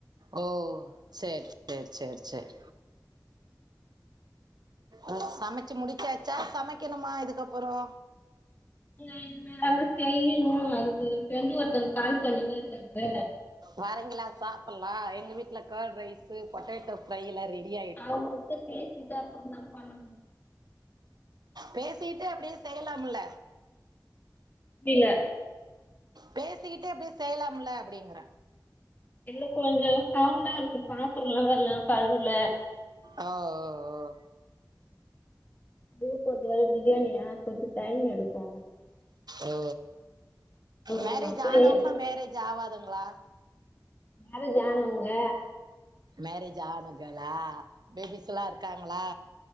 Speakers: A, on the right; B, on the left.
A: ஓ சேர் சேர் சேர் சேர் அ சமச்சு முடிச்சாச்சா சமைக்கணுமா இதுகப்பறோ
B: <inaudible> செய்ணு அதுக்கு ஃப்ரெண்டு ஒருதங்க கால் பணிணே இருகாங்க
A: வாறீங்ளா சாப்பல்லா எங்க வீட்ல கேட் ரைஸு பொட்டேடோ ஃப்ரை லா ரெடிய
B: அவ்ங்கிட்ட பேசீட்டு அப்றமா தா பண்ணு
A: பேசீட்டு அப்டியே செய்யலாமல்ல
B: புரில
A: பேசிகிட்டே அப்டியே செய்யலாம்ல அப்டிங்ற
B: இல்ல கொஞ்சோ சவுண்டா இருக்கு பாத்திரல்ல வேல கழுவுல.
A: ஆ ஓ, ஓ,
B: வீட்ல வேற பிரியாணியா, கொஞ்ச டைம் எடுக்கு
A: ஓ மேரேஜ்
B: அவங்க அப்பா
A: ஆனவங்ளா,
B: ஏன்
A: மேரேஜ் ஆவாதவ்ங்ளா?
B: மேரேஜ் ஆனவுங்க.
A: மேரேஜ் ஆனா கேளா? பேபிஸ் எல்லா இருக்காங்ளா?